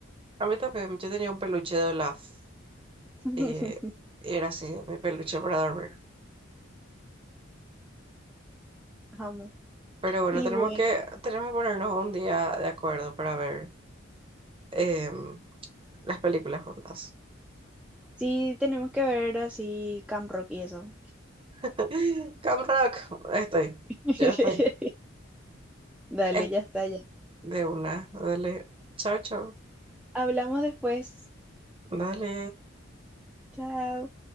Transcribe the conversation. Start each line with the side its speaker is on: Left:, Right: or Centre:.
Right: A mí también, yo tenía un peluche de Olaf.
Centre: <laughs>
Right: eh, era así, mi peluche para dormir.
Centre: Amo.
Right: Pero bueno,
Centre: Y
Right: tenemos
Centre: bueno,
Right: que, tenemos que ponernos un día de acuerdo para ver em, las películas juntas.
Centre: sí, tenemos que ver así Camp Rock y eso.
Right: <laughs> Cam Rock, estoy,
Centre: <laughs>
Right: ya estoy.
Centre: Dale,
Right: Eh,
Centre: ya está, ya.
Right: de una, dale. Chao, chao.
Centre: Hablamos después.
Right: Dale.
Centre: Chao.